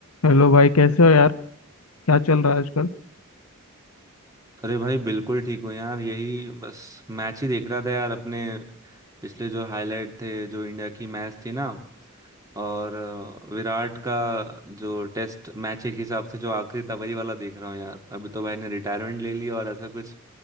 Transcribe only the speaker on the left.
Hello भाई कैसे हो यार क्या चल रहा है आजकल